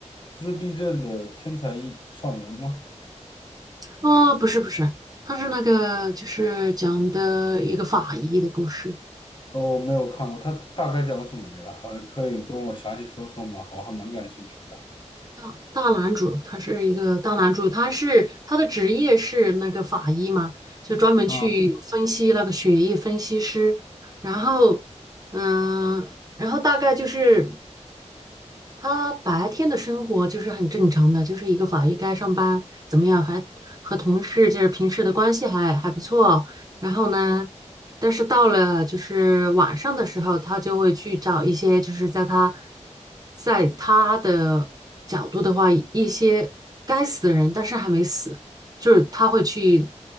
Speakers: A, on the left; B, on the right.
A: 自闭症的天才一少年吗？
B: 哦，不是不是，他是那个就是讲的一个法医的故事。
A: 哦，我没有看过，他大概讲什么的呀？呃，可以跟我详细说说吗？我还蛮感兴趣的。
B: 大大男主，他是一个大男主，他是他的职业是那个法医嘛，就专门去分析那个血液分析师。
A: 嗯，
B: 然后，嗯，然后大概就是。他白天的生活就是很正常的，就是一个法医该上班，怎么样还和同事就是平时的关系还还不错。然后呢，但是到了就是晚上的时候，他就会去找一些就是在他在他的角度的话，一些该死的人，但是还没死，就是他会去